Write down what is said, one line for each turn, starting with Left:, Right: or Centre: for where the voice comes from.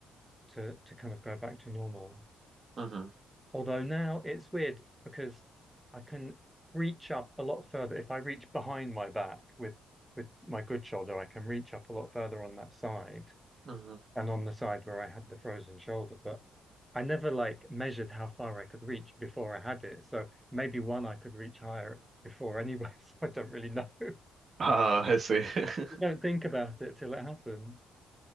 Centre: to to kind of go back to normal.
Right: Mm-hmm.
Centre: Although now it's weird because I can reach up a lot further. If I reach behind my back with with my good shoulder, I can reach up a lot further on that side
Right: mm-hmm.
Centre: and on the side where I had the frozen shoulder. But I never like measured how far I could reach before I had it. So maybe one I could reach higher before anyway. <laughs> So I don't really know. <laughs>
Right: Ah, I see. <laughs>
Centre: You don't think about it till it happens.